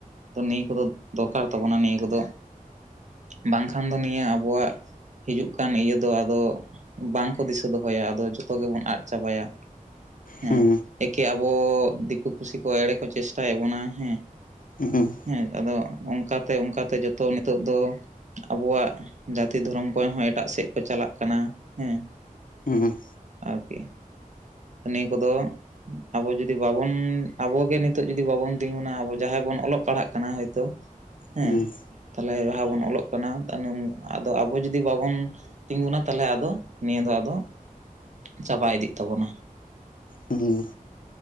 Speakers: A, on the right (about 55°); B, on the left (about 70°).
A: ᱛᱚ ᱱᱤᱭᱟᱹ ᱠᱚᱫᱚ, ᱫᱚᱨᱠᱟᱨ ᱛᱟᱵᱚᱱᱟ ᱱᱤᱭᱟᱹ ᱠᱚᱫᱚ ᱵᱟᱝᱠᱷᱟᱱ ᱫᱚ ᱱᱤᱭᱟᱹ ᱟᱵᱚᱣᱟᱜᱼᱼ ᱦᱤᱡᱩᱜ ᱠᱟᱱ ᱤᱭᱟᱹ ᱫᱚ ᱟᱫᱚ ᱵᱟᱝᱠᱚ ᱫᱤᱥᱟᱹ ᱫᱚᱦᱚᱭᱟ ᱟᱫᱚ ᱡᱚᱛᱚ ᱜᱮᱵᱚᱱ ᱟᱫ ᱪᱟᱵᱟᱭᱟ᱾ ᱦᱮᱸ
B: ᱦᱩᱸ
A: ᱮᱠᱮ ᱟᱵᱚ ᱫᱤᱠᱩ ᱯᱩᱥᱤ ᱠᱚ ᱮᱲᱮ ᱠᱚ ᱪᱮᱥᱴᱟᱭᱮᱫ ᱵᱚᱱᱟ ᱦᱮᱸ,
B: ᱦᱩ ᱦᱩᱸ,
A: ᱦᱮᱸ ᱟᱫᱚ ᱚᱱᱠᱟᱛᱮ ᱚᱱᱠᱟᱛᱮ ᱡᱚᱛᱚ ᱱᱤᱛᱚᱜ ᱫᱚ᱾ ᱟᱵᱚᱣᱟᱜ ᱡᱟᱹᱛᱤ ᱫᱷᱚᱨᱚᱢ ᱠᱚ ᱦᱚᱸ ᱮᱴᱟᱜ ᱥᱮᱫ ᱠᱚ ᱪᱟᱞᱟᱜ ᱠᱟᱱᱟ ᱦᱮᱸ,
B: ᱦᱩᱸ,
A: ᱟᱨᱠᱮ, ᱱᱤᱭᱟᱹ ᱠᱚᱫᱚᱼᱼ ᱟᱵᱚ ᱡᱩᱫᱤ ᱵᱟᱵᱚᱱ ᱟᱵᱚᱜᱮ ᱱᱤᱛᱚᱜ ᱡᱚᱫᱤ ᱵᱟᱵᱚᱱ ᱛᱤᱸᱜᱩᱱᱟ ᱟᱵᱚ ᱡᱟᱦᱟᱸᱭ ᱵᱚᱱ ᱚᱞᱚᱜ ᱯᱟᱲᱦᱟᱜ ᱠᱟᱱᱟ ᱦᱳᱭᱛᱳ, ᱦᱮᱸ
B: ᱦᱩᱸ
A: ᱛᱟᱦᱚᱞᱮ ᱡᱟᱦᱟᱸ ᱵᱚᱱ ᱚᱞᱚᱜ ᱠᱟᱱᱟ ᱦᱮ ᱟᱫᱚ ᱟᱵᱚ ᱡᱩᱚᱫᱤ ᱵᱟᱵᱚᱱ, ᱛᱤᱸᱜᱩᱱᱟ ᱛᱟᱦᱚᱞᱮ ᱟᱫᱚ ᱱᱤᱭᱟᱹ ᱫᱚ ᱟᱫᱚ ᱪᱟᱵᱟ ᱤᱫᱤᱜ ᱛᱟᱵᱚᱱᱟ,
B: ᱦᱩᱸ,